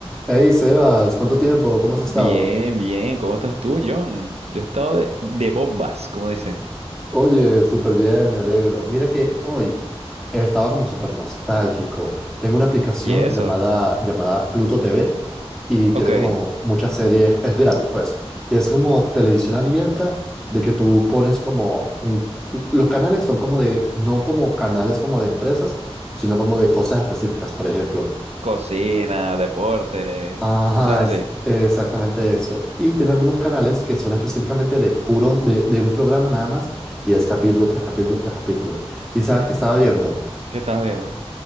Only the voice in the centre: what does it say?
Hey Sebas, ¿cuánto tiempo? ¿Cómo has estado?
Oye, súper bien, me alegro. Mira que hoy estaba como súper nostálgico. Tengo una aplicación
llamada, llamada Pluto TV y tiene
como muchas series, es gratis pues. Y es como televisión abierta de que tú pones como un... Los canales son como de, no como canales como de empresas, sino como de cosas específicas, por ejemplo,
Ajá,
es
exactamente eso. Y tiene algunos canales que son específicamente de puros, de, de un programa nada más, y es capítulo tras capítulo tras capítulo. Y sabes que estaba viendo